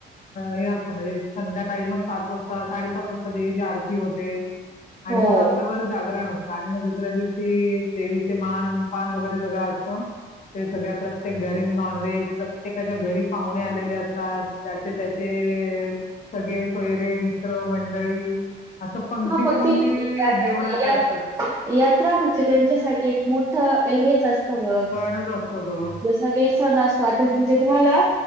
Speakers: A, on the left; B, on the right.
A: हे असत म्हणजे संध्याकाळी मग सात वाजता, साडेसात वाजता देवीची आरती होते,
B: हो.
A: आणि मग रात्रभर जागरण होते. आणि मग दुसऱ्या दिवशी, देवीचे मान- पान वगैरे सगळं असत. ते सगळ्या प्रत्येक घरी नॉनव्हेज, प्रत्येकाच्या घरी पाहुणे आलेले असतात, ज्याचे -त्याचे. ते सगळे सोयरे, मित्र मंडळी. असं पंक्तीच्या
B: हा मग
A: पंक्ती
B: ते या
A: जेवणाच्या
B: या
A: असतात.
B: यात्रा म्हणजे त्यांच्यासाठी एक मोठं हेच असत. सगळं
A: सणच असतो तो
B: जसा काही सण असतो. आता म्हजे तुम्हाला